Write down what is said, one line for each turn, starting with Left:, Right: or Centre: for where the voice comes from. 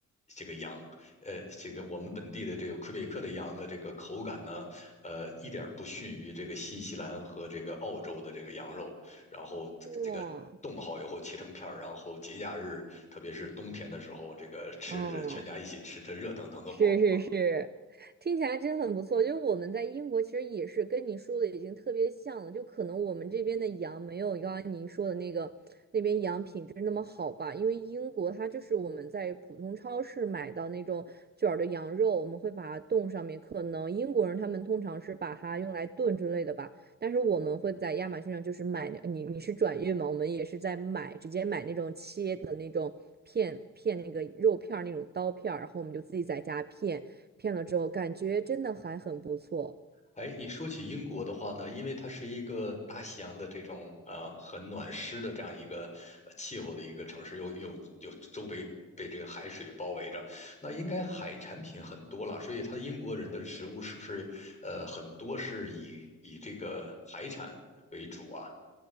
Left: 这个羊，呃这个我们本地的这个魁北克的羊的这个口感呢，呃一点儿不逊于这个新西兰和这个澳洲的这个羊肉。然后这这个冻好以后切成片儿，
Right: 哇
Left: 然后节假日，特别是冬天的时候，这个吃着全家一起吃着热腾腾的火锅。
Right: 啊！是是是，听起来真很不错。就是我们在英国其实也是跟你说的已经特别像了，就可能我们这边的羊没有刚刚您说的那个那边羊品质那么好吧，因为英国它就是我们在普通超市买到那种卷儿的羊肉，我们会把它冻上面，可能英国人他们通常是把它用来炖之类的吧。但是我们会在亚马逊上就是买你你是转运嘛？我们也是在买，直接买那种切的那种片片那个肉片儿那种刀片儿，然后我们就自己在家片，片了之后感觉真的还很不错。
Left: 哎，你说起英国的话呢，因为它是一个大西洋的这种呃很暖湿的这样一个呃气候的一个城市，又又又周围被这个海水包围着，那应该海产品很多了，所以它英国人的食物是不是呃很多是以以这个海产为主啊？